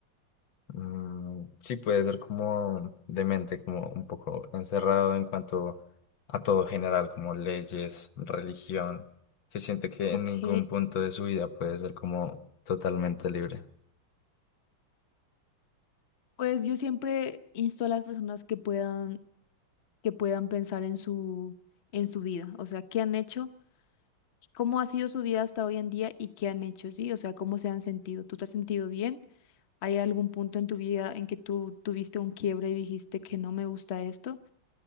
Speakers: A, on the left (about 70°); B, on the left (about 50°).
A: Mm, sí, puede ser como demente, como un poco encerrado en cuanto a todo general, como leyes, religión, se siente que
B: Ok.
A: en ningún punto de su vida puede ser como totalmente libre.
B: Pues yo siempre insto a las personas que puedan que puedan pensar en su, en su vida, o sea, qué han hecho, cómo ha sido su vida hasta hoy en día y qué han hecho, sí, o sea, cómo se han sentido. ¿Tú te has sentido bien? ¿Hay algún punto en tu vida en que tú tuviste un quiebre y dijiste que no me gusta esto?